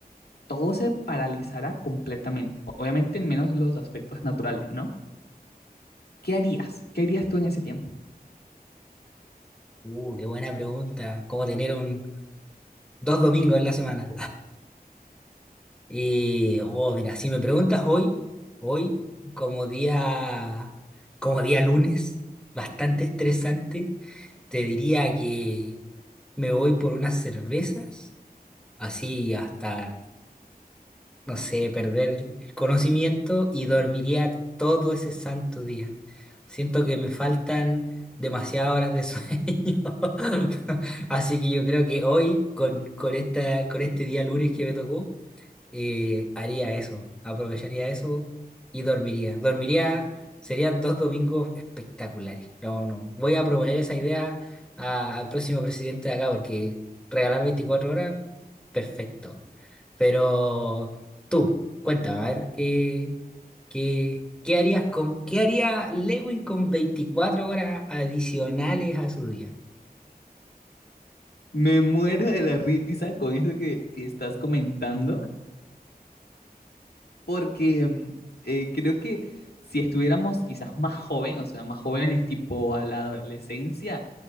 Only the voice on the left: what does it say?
todo se paralizara completamente, obviamente menos los aspectos naturales, ¿no? ¿Qué harías? ¿Qué harías tú en ese tiempo?
Me muero de la risa con eso que, que estás comentando, porque eh, creo que si estuviéramos quizás más jóvenes, o sea, más jóvenes tipo a la adolescencia,